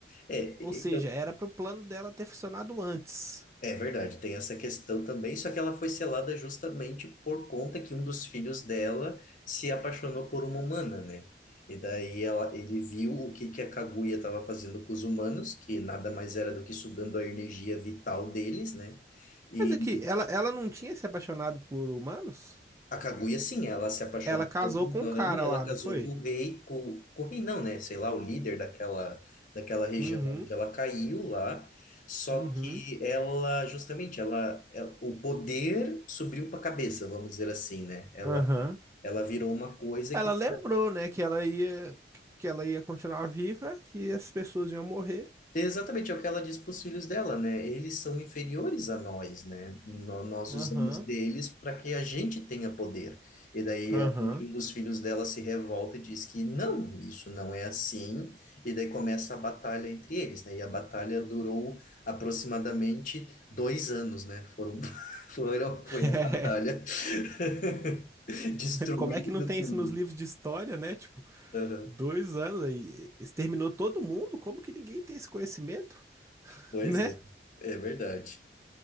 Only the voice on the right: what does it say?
Ou seja,
era pro plano dela ter funcionado antes.
Mas aqui, ela, ela não tinha se apaixonado por humanos?
Ela casou
com
o cara
lá,
não foi?
Uhum,
uhum,
aham.
Ela
lembrou, né, que ela ia que ela ia continuar viva e as pessoas iam morrer.
Aham,
aham.
<laughs>
É, Como é que não tem
isso nos livros de história, né? Tipo,
dois anos aí, exterminou todo mundo? Como que ninguém tem esse conhecimento, <laughs>
né?